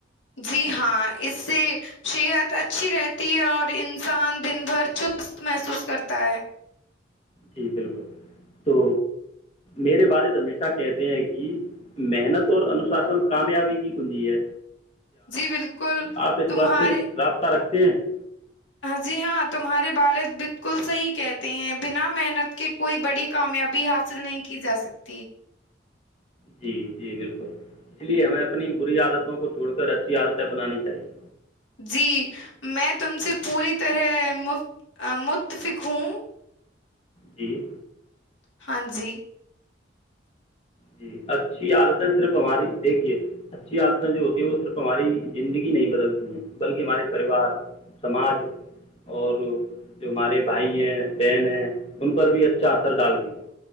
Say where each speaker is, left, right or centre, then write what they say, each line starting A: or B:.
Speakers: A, on the left (about 85°); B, on the left (about 35°).
A: جی ہاں اس سے صحت اچھی رہتی ہے اور انسان دن بھر چست محسوس کرتا ہے
B: جی بالکل تو میرے والد ہمیشہ کہتے ہیں کہ محنت اور انشاسن کامیابی کی کنجی ہے
A: جی بالکل
B: آپ اس
A: تمہارے
B: بات سے رابطہ رکھتے تین <inaudible>
A: جی ہاں تمہارے والد بالکل صحیح کہتے ہیں بنا محنت کے کوئی بڑی کامیابی حاصل نہیں کی جا سکتی
B: جی جی بالکل اس لیے ہمیں اپنی بری عادتوں کو چھوڑ کر اچھی عادتیں اپنانی چاہیے
A: جی میں تم سے پوری طرح متفق ہوں
B: جی
A: ہاں جی
B: جی اچھی عادتیں صرف ہماری دیکھیے اچھی عادتیں جو ہوتی ہیں وہ صرف ہماری زندگی نہیں بدلتی ہیں بلکہ ہمارے پریوار سماج اور جو ہمارے بھائی ہیں بہن ہیں ان پر بھی اچھا اثر ڈالتی ہیں